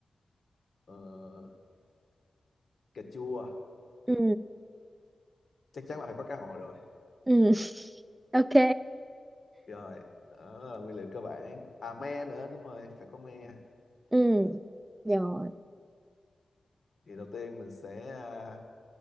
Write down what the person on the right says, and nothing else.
ừ
ừ <laughs> ok
ừ rồi